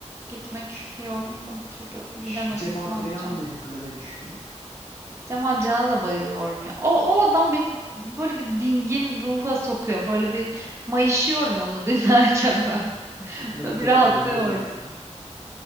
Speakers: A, on the right; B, on the left.
A: Gitmek
B: Ş-
A: istiyorum da bir türlü bilemedim
B: Ş- Cem Adrian
A: ne yapacağım.
B: ne hakkında ne düşünüyorsun?
A: Cemal Can'a da bayılıyorum ya. O, o adam beni böyle bir dingin ruha sokuyor. Böyle bir mayışıyorum onu <laughs> dinlerken ben.
B: Hakkındaki
A: Böyle bir
B: dedikoduları
A: rahatlıyorum.
B: duydun mu?